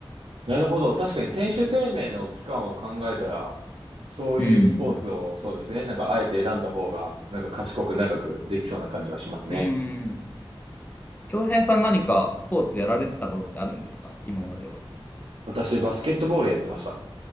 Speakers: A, on the right (about 85°); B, on the left (about 20°).
A: なるほど。確かに選手生命の期間を考えたら、そういうスポーツをそうですね。
B: うん。
A: なんかあえて選んだ方が、なんか賢く長くできそうな感じはしますね。
B: うん。京平さん何かスポーツやられてたことってあるんですか今までは。
A: 私、バスケットボールやってました。